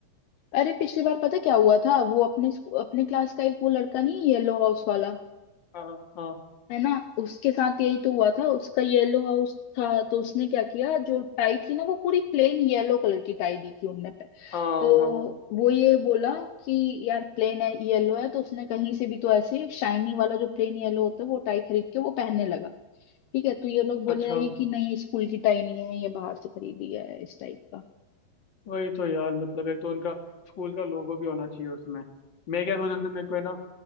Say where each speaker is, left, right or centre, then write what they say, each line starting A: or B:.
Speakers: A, on the left; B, on the left.
A: अरे पिछली बार पता क्या हुआ था वो अपने स्कू- अपने क्लास का एक वो लड़का नहीं येलो हाउस वाला
B: हाँ हाँ
A: है ना उसके साथ यही तो हुआ था उसका येलो हाउस था तो उसने क्या किया जो टाई थी ना वो पूरी प्लेन येलो कलर की टाई दी थी उनने पे
B: हाँ
A: तो
B: हाँ
A: वो ये बोला कि यार प्लेन है येलो है तो उसने कहीं से भी तो ऐसे शाइनी वाला जो प्लेन येलो होता है वो टाई खरीद के वो पहनने लगा ठीक है तो ये लोग बोलने
B: अच्छा
A: लगे कि नहीं स्कूल की टाई नहीं है ये बाहर से खरीदी है इस टाइप का
B: वही तो यार मतलब एक तो उनका स्कूल का लोगो भी होना चाहिए उसमें मैं क्या सोच रहा था मेरे को है ना